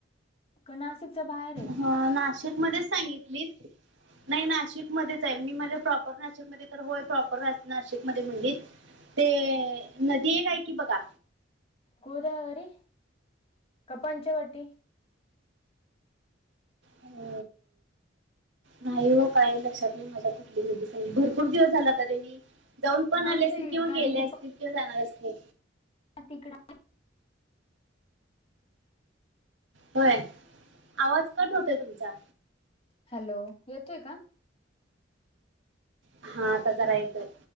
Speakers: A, on the left (about 30°); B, on the right (about 90°).
A: का नाशिकच्या बाहेर आहे
B: ह नाशिक मध्येच सांगितलीतं नाही नाशिकमध्येचं हाय.. मी माझ प्रॉपर नाशिकमध्ये तर होय प्रॉपर नाशिकमध्ये म्हणलितं ते नदी एक आहे की बघा
A: गोदावरी की पंचवटी
B: अ.. नाही व काय लक्षात नाही माझ्या कुठली नदी पण भरपूर खूप दिवस झाला आता त्यांनी जाऊन पण आले
A: आमची
B: असतील किंवा
A: कारण
B: गेले असतील किंवा जाणार असतील
A: ह तिकड
B: होय आवाज कट होतोय तुमचा
A: हॅलो. येतोय का?
B: हा आता जरा येतोय